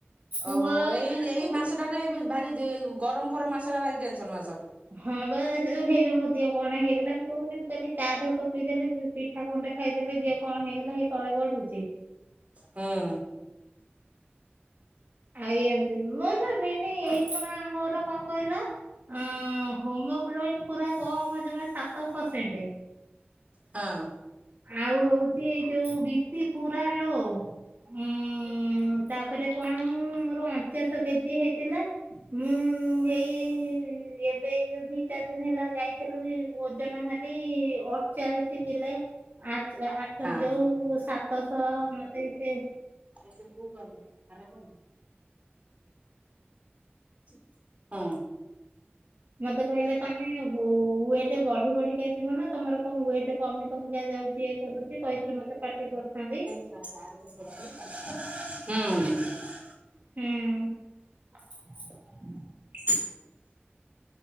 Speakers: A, on the right (about 50°); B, on the right (about 35°).
A: ପୁଅ
B: ଓହୋ ଏଇ
A: ବେଳକୁ
B: ଏଇ ମାସଟା ଭାରି ଯେ ଗରମ୍ ଫରମ୍ ମାସରା ଭାରି ଟେନ୍ ସନ୍ ମାସ।
A: ହଁ ବା ସେଇ ହେଇପା ମୋ ଦିହ କଣ ହେଇଗଲା ମୁ କୋହୁନି ମୁ କାଲି ଚା ଢୋକ ପିଇଦେଲେ ପିଠା ଖଣ୍ଡେ ଖାଇଦେଲେ ଦିଅ କଣ ହେଇଗଲା ହେଇ ତଳେ ଗଡୁଚି।
B: ହୁଁ।
A: ଆଇ ଏମ୍ ତି ମୋର ପା ମେନେ ଏଇଖୁନା ମୋର କଣ କହିଲ ଉଁ ହୋମୋଗ୍ଲୋଇନ୍ ପୁରା କମ ଜମା ସାତ ପରସେଣ୍ଟେ।
B: ହଁ।
A: ଆଉ ହୋଉଚି ଏଇ ଯୋଉ ବିପି ପୁରା ଲୋ। ହୁଁ ତାପରେ କଁ ମୁଁ ମୋର ଅଞ୍ଚାଶ କେଜି ହେଇଥିଲା ମୁଁ ହେଇ ଏବେ ଏଇ ଯୋଉ ଦି ଚାରି ଦିନ ହେଲା ଯାଇଥିଲୁ ଓଜନ ହେଲି ଅ ଚାଳିଶି କିଲେ ଆ ଆଠ
B: ହଁ
A: ଯୋଉ ସାତଶହ ମତେ ସିଏ
B: ଆ ସେ କୋଉ କ ଆର କ? <unintelligible>
A: ମତେ କହିଲେ ତମେ ହୁ ୱେଟେ୍ ବଢି ବଢି ହେଇଥିବ ନା ତମର କୋଉ ୱେଟ୍ କମି କମି କା ଯାଉଚି ଇଏ କରୁଚି କହିକିରି ମତେ ପାଟି କରୁଥାନ୍ତି।
B: ହୁଁ।
A: ହୁଁ।